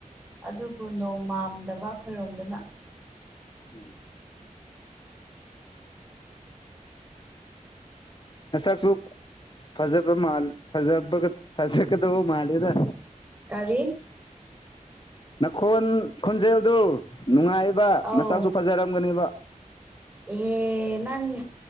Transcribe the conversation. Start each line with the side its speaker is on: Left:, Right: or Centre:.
Right: ꯑꯗꯨꯕꯨ ꯅꯣꯡꯃꯝꯗꯕ ꯑꯩꯈꯣꯏꯔꯣꯝꯗꯅ
Left: ꯎꯝ ꯃꯁꯛꯁꯨ ꯐꯖꯕ ꯃꯥꯜ ꯐꯖꯕ ꯐꯖꯒꯗꯧꯕ ꯃꯥꯜꯂꯦꯗ
Right: ꯀꯥꯔꯤ
Left: ꯅꯈꯣꯟ ꯈꯣꯟꯖꯦꯜꯗꯨ ꯅꯨꯡꯉꯥꯏꯕ
Right: ꯑꯧ
Left: ꯃꯁꯥꯛꯁꯨ ꯐꯖꯔꯝꯒꯅꯤꯕ
Right: ꯑꯦꯍꯦ ꯅꯪ